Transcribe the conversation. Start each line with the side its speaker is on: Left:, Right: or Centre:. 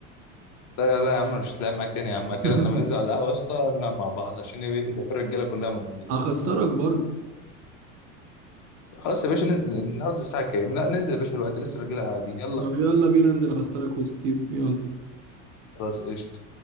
Left: لا لا يا عم مش هتلعب معاك تاني يا عم
Right: <laughs>
Left: كده لما ننزل على القهوه يا اسطى نلعب مع بعض عشان يبقى إيه، يبقى في الرجاله كلها موجوده
Right: هخسرك برضه
Left: خلاص يا باشا نن- النهارده الساعه كام لا ننزل يا باشا دلوقتي لسه الرجاله قاعدين يلا
Right: طب يلا بينا ننزل اخسرك وستيو يلا
Left: خلاص قشطه